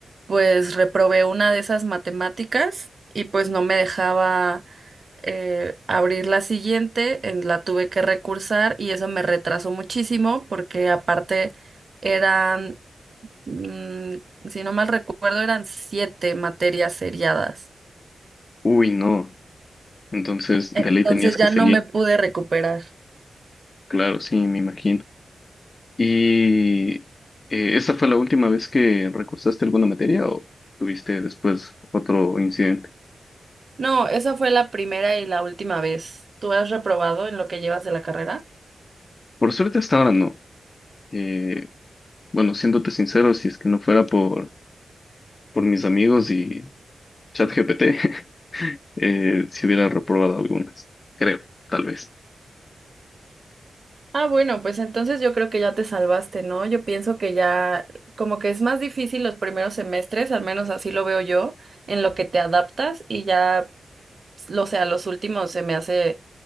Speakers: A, on the right (about 55°); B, on the left (about 50°).
A: pues reprobé una de esas matemáticas y pues no me dejaba eh, abrir la siguiente, en- la tuve que recursar y eso me retrasó muchísimo porque aparte eran, mm, si no mal recuerdo, eran siete materias seriadas.
B: Uy, no. Entonces, de
A: Entonces
B: ley tenías que
A: ya
B: seguir.
A: no me pude recuperar.
B: Claro, sí, me imagino. ¿Y eh, esa fue la última vez que recursaste alguna materia o tuviste después otro incidente?
A: No, esa fue la primera y la última vez. ¿Tú has reprobado en lo que llevas de la carrera?
B: Por suerte hasta ahora no. Eh, bueno, siéndote sincero, si es que no fuera por, por mis amigos y ChatGPT, <laughs> eh, si hubiera reprobado algunas, creo, tal vez.
A: Ah, bueno, pues entonces yo creo que ya te salvaste, ¿no? Yo pienso que ya como que es más difícil los primeros semestres, al menos así lo veo yo, en lo que te adaptas y ya, o sea, los últimos se me hace